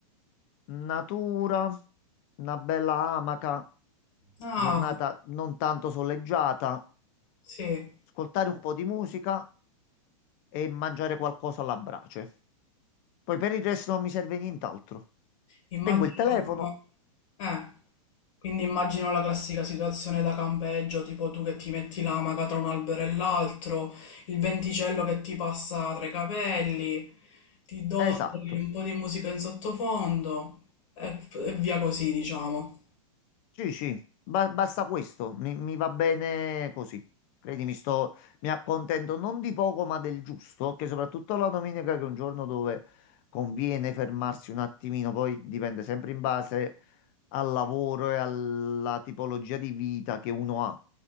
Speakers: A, on the left (about 45°); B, on the left (about 65°).
A: natura, una bella amaca,
B: Ah,
A: giornata non tanto soleggiata,
B: sì.
A: ascoltare un po' di musica e mangiare qualcosa alla brace. Poi per il resto non mi serve nient'altro.
B: Immagino,
A: Spengo il telefono,
B: eh, quindi immagino la classica situazione da campeggio, tipo tu che ti metti l'amaca tra un albero e l'altro, il venticello che ti passa tra i capelli, ti dondoli
A: esatto.
B: un po' di musica in sottofondo e, e via così, diciamo.
A: Sì, sì, ba- basta questo, mi, mi va bene così. Credimi, sto, mi accontento non di poco, ma del giusto, che soprattutto la domenica, che è un giorno dove conviene fermarsi un attimino, poi dipende sempre in base al lavoro e alla tipologia di vita che uno ha.